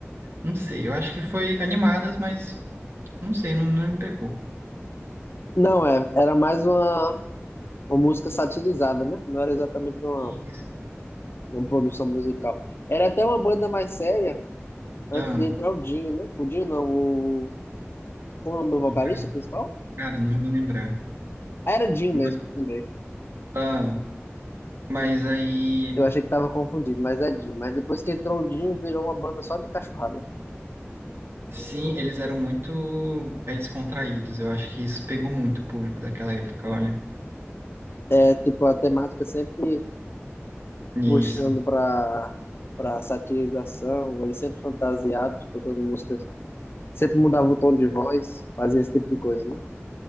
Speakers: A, on the right (about 65°); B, on the left (about 55°).
A: não sei, eu acho que foi animadas, mas não sei, não, não me pegou.
B: Não, é, era mais uma, uma música satirizada, né? Não era exatamente uma,
A: Isso.
B: uma produção musical. Era até uma banda mais séria antes
A: Ah,
B: de entrar o Dinho, né? O Dinho não, o. Como é o nome do vocalista
A: cara,
B: principal?
A: cara, não vou lembrar.
B: Ah, era Dinho
A: Mas-
B: mesmo, lembrei.
A: Ah, mas aí,
B: Eu achei que tava confundido, mas é Dinho. Mas depois que entrou o Dinho, virou uma banda só de cachorrada.
A: sim, eles eram muito é, descontraídos. Eu acho que isso pegou muito o público daquela época, olha.
B: É, tipo, a temática sempre
A: Isso.
B: puxando pra, pra satirização, eles sempre fantasiados, tocando músicas Sempre mudava o tom de voz, fazia esse tipo de coisa, né?